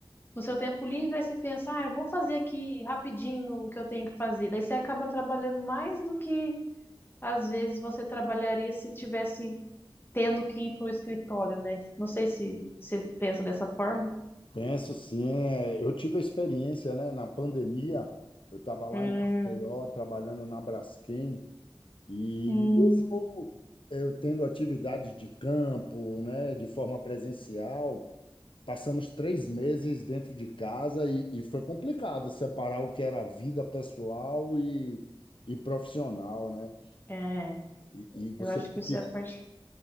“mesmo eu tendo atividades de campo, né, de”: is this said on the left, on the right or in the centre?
Left